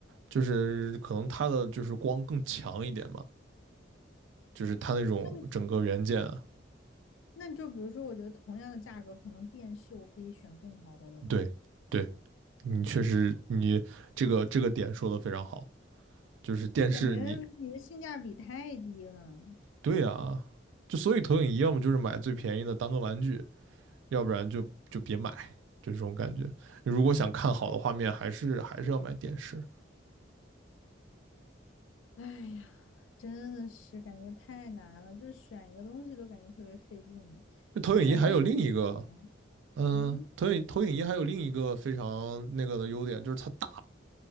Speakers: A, on the right; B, on the left.
A: 就是可能它的就是光更强一点嘛，就是它那种整个元件啊，
B: 那你那就比如说，我觉得同样的价格，可能电视我可以选更好的了吧？
A: 对对，你确实你这个这个点说的非常好，就是电视你
B: 就感觉你的性价比太低了。
A: 对啊，就所以投影仪要么就是买最便宜的当个玩具，要不然就就别买，就这种感觉。如果想看好的画面，还是还是要买电视。
B: 哎呀，真的是感觉太难了，就是选一个东西都感觉特别费劲，
A: 那投影仪还有另一个，
B: 就感觉想选，
A: 嗯，
B: 嗯，
A: 投影投影仪还有另一个非常那个的优点，就是它大，